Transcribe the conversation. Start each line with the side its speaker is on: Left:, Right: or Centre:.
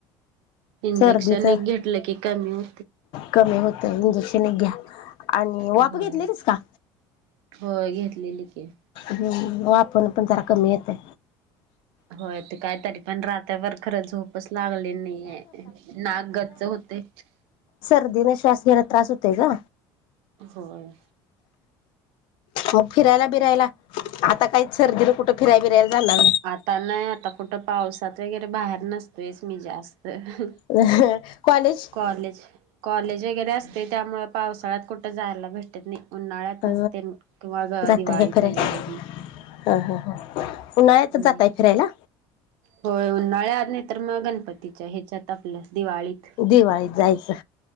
Right: इंजेक्शन
Left: सर्दीच
Right: एक घेतलं की कमी.
Left: कमी होतय, इंजेक्शन एक घ्या, आणि वाफ
Right: होय.
Left: घेतलेलीस का?
Right: होय घेतलेली की.
Left: हम्, वाफण पण जरा कमी येतय.
Right: होय ते, कायतरी पण रात्रभर खरं झोपच लागली नाही आहे, नाग गच्च होते.
Left: सर. श्वास घ्यायला त्रास होतय का?
Right: होय.
Left: म फिरायला बिरायला, आता काही सर्दीन कुठं फिरायला, बिरायला,, जाणार
Right: आता नाही, आता कुठं पावसात वगैरे बाहेर नसतोयच मी जास्तऽ
Left: नाही कॉलेज
Right: कॉलेजऽ कॉलेज वगैरे असतय त्यामुळं पावसाळ्यात कुठं जायला भेटत नाही. उन्हाळ्यातच
Left: अ
Right: तन किंवा
Left: जाताय
Right: दिवाळी
Left: काय फिरायला
Right: वगैरे.
Left: ह ह ह उन्हाळ्यात
Right: हम्म,
Left: जाताय फिरायला
Right: होय उन्हाळ्यात नाही तर मग गणपतीच्या, ह्याच्यात आपल्या. दिवाळीत
Left: दिवाळीत जायचं.